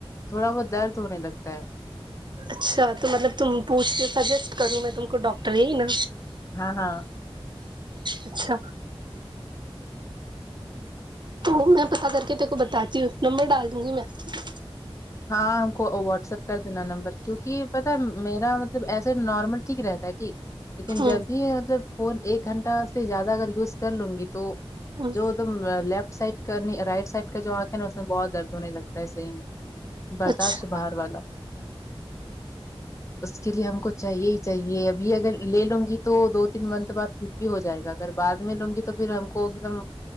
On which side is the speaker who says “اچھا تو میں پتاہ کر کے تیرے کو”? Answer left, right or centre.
Right